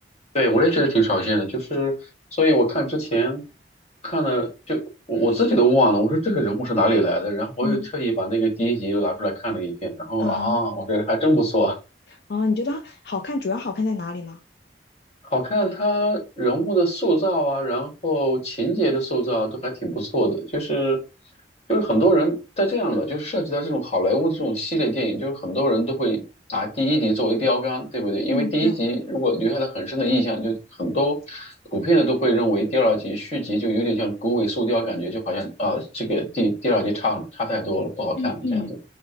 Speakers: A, on the left (about 40°); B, on the left (about 65°).
A: 对，我也觉得挺少见的，就是所以我看之前看了就我我自己都忘了，我说这个人物是哪里来的，然后我又特意把那个第一集又拿出来看了一遍，
B: 嗯
A: 然后啊，
B: 啊，
A: 我觉得还真不错。
B: 哦，你觉得好看，主要好看在哪里呢？
A: 好看，他人物的塑造啊，然后情节的塑造啊都还挺不错的。就是就是很多人在这样的，就是涉及到这种好莱坞的这种系列电影，就是很多人都会拿第一集作为标杆，对不对？因为第一集如果留下了很深的印象，
B: 嗯，对，
A: 就很多普遍的都会认为第二集续集就有点像狗尾续貂，感觉就好像啊、这个第第二集差很差太多了，不好看这样子。
B: 嗯嗯。